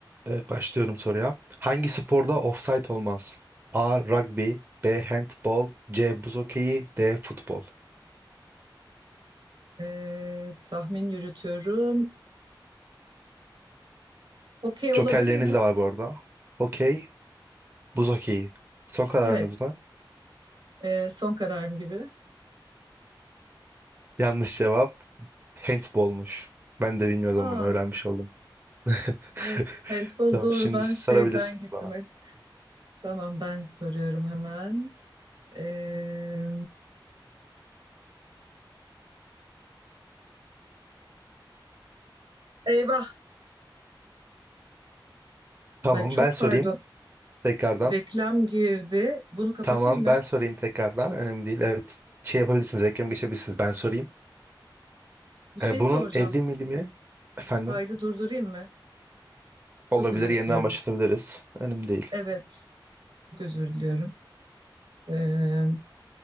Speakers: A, on the right; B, on the right.
A: Evet, başlıyorum soruya. Hangi sporda ofsayt olmaz? A. Rugby B. Handball C. Buz hokeyi D. Futbol
B: Ee, tahmin yürütüyorum. Okey olabilir
A: Jokerleriniz
B: mi?
A: de var bu arada. Okey, buz hokeyi. Son kararınız
B: Evet.
A: mı?
B: ee, son kararım gibi.
A: Yanlış cevap handballmuş. Ben de bilmiyordum
B: Aa,
A: bunu, öğrenmiş oldum. <laughs>
B: evet. Handball
A: Tamam,
B: doğrudan
A: şimdi siz
B: şeyden
A: sorabilirsiniz
B: gittim.
A: bana.
B: Evet, Tamam ben soruyorum hemen. Ee, eyvah.
A: Tamam,
B: Ay çok
A: ben sorayım
B: pardon.
A: tekrardan.
B: Reklam girdi. Bunu kapatayım
A: Tamam,
B: mı?
A: ben sorayım tekrardan. Önemli değil. Evet, şey yapabilirsiniz, reklam geçebilirsiniz. Ben sorayım.
B: Bir şey
A: E,
B: soracağım.
A: bunun 50 milimi, efendim?
B: Kaydı durdurayım mı?
A: Olabilir
B: Çok özür
A: yeniden
B: diliyorum.
A: başlatabiliriz. Önemli değil.
B: Evet. Çok özür diliyorum. Ee,